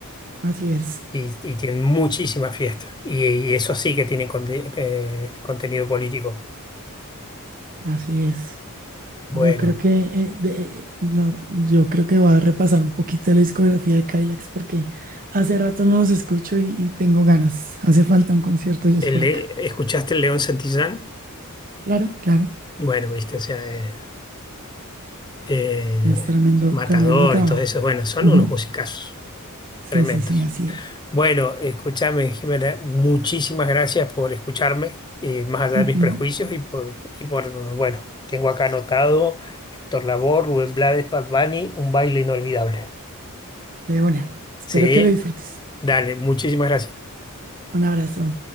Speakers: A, on the right; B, on the left.
A: así es,
B: Y, y tienen muchísimas fiestas. Y, y eso sí que tienen conte- eh, contenido político.
A: así es.
B: Bueno,
A: Yo creo que eh, de- eh, no, yo creo que voy a repasar un poquito la discografía de Kylex porque hace rato no los escucho y, y tengo ganas. Hace falta un concierto de ellos
B: el
A: por
B: Le-
A: acá.
B: ¿escuchaste el León Santillán?
A: Claro, claro.
B: Bueno, viste, o sea, eh, eh,
A: Es tremendo,
B: Matador
A: tremendo trabajo.
B: y todo eso, bueno, son
A: Ujú.
B: unos musicazos
A: Sí,
B: tremendos.
A: sí, sí, así es.
B: Bueno, escúchame, Jimena, muchísimas gracias por escucharme, eh, más allá de
A: Ujú.
B: mis prejuicios y por, y por, bueno, tengo acá anotado Héctor Labor, Rubén Blades, Bad Bunny, un baile inolvidable.
A: De una. Espero
B: Sí,
A: que lo disfrutes.
B: dale, muchísimas gracias.
A: Un abrazo.